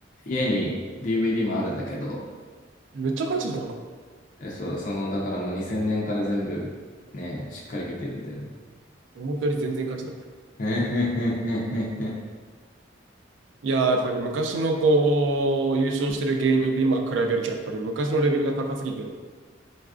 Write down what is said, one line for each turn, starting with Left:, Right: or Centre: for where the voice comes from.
Left: 家に DVD もあるんだけど、
Right: めっちゃ勝ちじゃん。
Left: え、そう、その、だからもう2000年から全部ね、しっかり見てるんだよね。
Right: 思ったより全然勝ちだった。
Left: <laughs>
Right: いやー、やっぱり昔のこう、優勝してる芸人と今比べると、やっぱり昔のレベルが高すぎて、